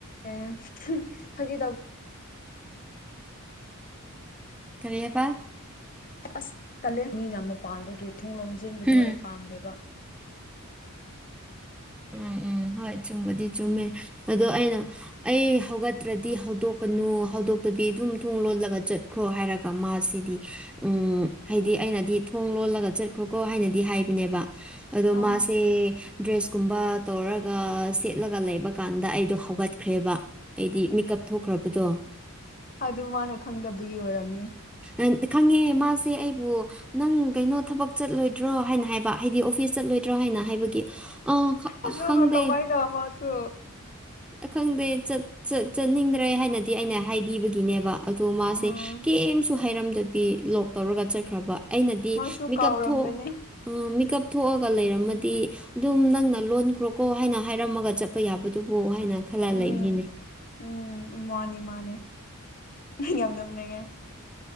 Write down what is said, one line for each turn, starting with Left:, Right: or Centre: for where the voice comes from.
Left: ꯑꯦ ꯐꯥꯒꯤ ꯇꯧꯕ
Centre: ꯈꯔꯤꯦꯕꯜ
Left: ꯑꯁꯂ ꯃꯤꯅ ꯃꯄꯥꯟꯗꯒꯤ ꯊꯣꯡ ꯂꯣꯟꯁꯤꯟꯕꯗꯣ
Centre: ꯍꯝ
Left: ꯑꯩ ꯄꯥꯝꯗꯦꯕ
Centre: ꯎꯝ ꯎꯝ ꯍꯣꯏ ꯆꯨꯝꯕꯗꯤ ꯆꯨꯝꯃꯦ ꯑꯗꯣ ꯑꯩꯅ ꯑꯩ ꯍꯧꯒꯠꯇ꯭ꯔꯗꯤ ꯍꯧꯗꯣꯛꯀꯅꯨ ꯍꯧꯗꯣꯛꯇꯕꯤ ꯑꯗꯨꯝ ꯊꯣꯡ ꯂꯣꯜꯂꯒ ꯆꯠ ꯈ꯭ꯔꯣ ꯍꯥꯏꯔꯒ ꯃꯥꯁꯤꯗꯤ ꯎꯝ ꯍꯥꯏꯗꯤ ꯑꯩꯅꯗꯤ ꯊꯣꯡ ꯂꯣꯜꯂꯒ ꯆꯠꯈ꯭ꯔꯣꯀꯣ ꯍꯥꯏꯅꯗꯤ ꯍꯥꯏꯕꯅꯦꯕ ꯑꯗꯣ
Left: ꯑꯥ
Centre: ꯃꯥꯁꯦ ꯗ꯭ꯔꯦꯁ ꯒꯨꯝꯕ ꯇꯧꯔꯒ ꯁꯦꯠꯂꯒ ꯂꯩꯕ ꯀꯥꯟꯗ ꯑꯩꯗꯣ ꯍꯧꯒꯠꯈ꯭ꯔꯦꯕ ꯍꯥꯏꯗꯤ ꯃꯦꯀꯞ ꯊꯣꯛꯈ꯭ꯔꯕꯗꯣ
Left: ꯑꯗꯨ ꯃꯥꯅ ꯈꯪꯗꯕꯒꯤ ꯑꯣꯏꯔꯝꯅꯤ
Centre: ꯑ ꯈꯪꯉꯦ ꯃꯥꯁꯦ ꯑꯩꯕꯨ ꯅꯪ ꯀꯩꯅꯣ ꯊꯕꯛ ꯆꯠꯂꯣꯏꯗ꯭ꯔꯣ ꯍꯥꯏꯅ ꯍꯥꯏꯕ ꯍꯥꯏꯗꯤ ꯑꯣꯐꯤꯁ ꯆꯠꯂꯣꯏꯗ꯭ꯔꯣ ꯍꯥꯏꯅ ꯍꯥꯏꯕꯒꯤ ꯑ
Left: ꯑꯗꯨꯒ
Centre: ꯈꯪꯗꯦ
Left: ꯀꯃꯥꯏꯅ ꯃꯥꯁꯨ
Centre: ꯈꯪꯗꯦ ꯆꯠ ꯆꯠꯅꯤꯡꯗ꯭ꯔꯦ ꯍꯥꯏꯅꯗꯤ ꯑꯩꯅ ꯍꯥꯏꯕꯤꯕꯒꯤꯅꯦꯕ ꯑꯗꯣ ꯃꯥꯁꯦ
Left: ꯎꯝ
Centre: ꯀꯦꯝꯁꯨ ꯍꯥꯏꯔꯝꯗꯕꯤ ꯂꯣꯛ ꯇꯧꯔꯒ ꯆꯠꯈ꯭ꯔꯕ ꯑꯩꯅꯗꯤ
Left: ꯃꯥꯁꯨ
Centre: ꯃꯦꯀꯞ
Left: ꯀꯥꯎꯔꯝꯒꯅꯤ
Centre: ꯊꯣꯛ ꯑꯥ ꯃꯦꯀꯞ ꯊꯣꯛꯑꯒ ꯂꯩꯔꯝꯃꯗꯤ ꯑꯗꯨꯝ ꯅꯪꯅ ꯂꯣꯟꯈ꯭ꯔꯣꯀꯣ ꯍꯥꯏꯅ ꯍꯥꯏꯔꯝꯃꯒ ꯆꯠꯄ ꯌꯥꯕꯗꯨꯕꯨ ꯍꯥꯏꯅ ꯈꯜꯂ
Left: ꯎꯝ
Centre: ꯂꯩꯕꯅꯤꯅꯦ
Left: ꯎꯝ ꯃꯥꯅꯦ ꯃꯥꯅꯦ ꯅꯪ ꯌꯥꯝ ꯅꯣꯛꯅꯤꯡꯉꯦ